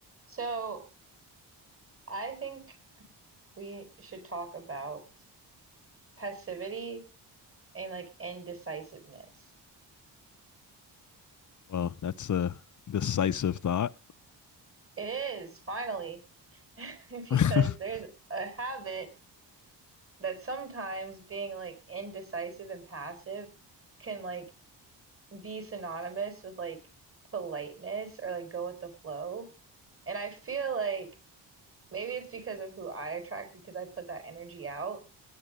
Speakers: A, on the right; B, on the left.
A: So I think we should talk about passivity and like indecisiveness.
B: Well, that's a decisive thought.
A: It is finally <laughs> because
B: <laughs>
A: there's a habit that sometimes being like indecisive and passive can like be synonymous with like politeness or like go with the flow. And I feel like maybe it's because of who I attract because I put that energy out.